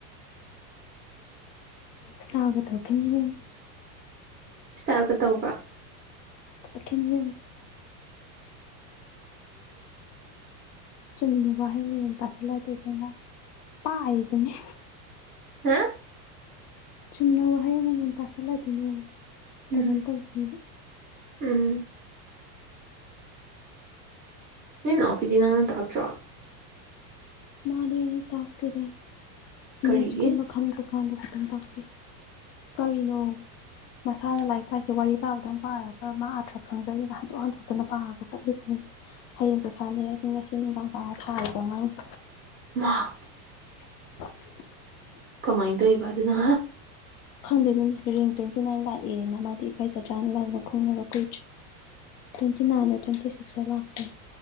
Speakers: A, on the left (about 80°); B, on the right (about 20°).
A: ꯁ꯭ꯇꯥꯥꯎꯒ ꯇꯧꯔꯛꯈꯤꯅꯤ ꯏꯕꯦꯝꯃ꯫
B: ꯏꯁ꯭ꯇꯥꯏꯜꯒ ꯇꯧꯕ꯭ꯔꯥ꯫
A: <unintelligible> ꯆꯨꯝꯅ ꯋꯥꯍꯩ ꯃꯉꯣꯟ ꯇꯥꯁꯤꯜꯂꯗꯦꯗꯅ ꯄꯥꯏꯕꯅꯦ꯫
B: ꯍꯥ꯫
A: ꯆꯨꯝꯅ ꯋꯥꯍꯩ ꯑꯃꯃꯝ ꯇꯥꯁꯜꯂꯗꯤꯅꯦ꯫
B: ꯎꯝ
A: ꯀꯩꯅꯣꯝ ꯇꯧꯕꯅꯦꯕ꯫
B: ꯎꯝ ꯅꯣꯏ ꯅꯥꯎꯄꯤꯗꯤ ꯅꯪꯅ ꯇꯥꯛꯇ꯭ꯔꯣ꯫
A: ꯃꯥꯗꯤ ꯑꯩꯅ ꯇꯥꯛꯇꯦꯗ꯫
B: ꯀꯔꯤꯒꯤ
A: ꯃꯦꯠꯆꯀꯨꯝꯕ ꯈꯪꯗ꯭ꯔ꯫ ꯀꯥꯟꯗꯣ ꯇꯪ ꯇꯥꯛꯄꯤ ꯑꯁ ꯀꯔꯤꯅꯣ ꯃꯁꯥꯅ ꯂꯥꯏꯔꯤꯛ ꯄꯥꯏꯁꯦ ꯋꯥꯔꯤ ꯄꯥꯕꯗꯪ ꯄꯥꯔꯒ ꯃꯥ ꯑꯊ꯭ꯔ ꯈꯪꯖꯩꯅ ꯍꯟꯗꯣꯛ ꯍꯟꯗꯣꯛꯇꯅ ꯄꯥꯔꯒ ꯆꯠꯂꯤꯕꯅꯤꯅ ꯍꯌꯦꯡ ꯄꯩꯈꯥꯅꯤ ꯉꯁꯤ ꯅꯨꯡꯗꯥꯡ ꯄꯥꯔ ꯊꯥꯔꯤꯕ ꯑꯉꯥꯡꯅꯤ꯫
B: ꯃꯥꯍ꯫
A: <inaudible>
B: ꯀꯃꯥꯏ ꯇꯧꯏꯕ ꯑꯗꯨꯅ꯫
A: ꯈꯪꯗꯦ ꯏꯕꯦꯝꯃ ꯔꯦꯡ ꯇ꯭ꯋꯦꯟꯇꯤ ꯅꯥꯏꯟ ꯂꯥꯛꯑꯦꯅ ꯃꯥꯗꯤ ꯏꯀꯥꯏꯖꯗ꯭ꯔꯅ ꯂꯥꯎꯅ ꯈꯣꯡꯅꯕ ꯀꯨꯏꯗ꯭ꯔꯤ ꯇ꯭ꯋꯦꯟꯇꯤ ꯅꯥꯏꯟꯗ ꯇ꯭ꯋꯦꯟꯇꯤ ꯁꯤꯛꯁꯁꯨ ꯂꯥꯛꯄꯅꯦ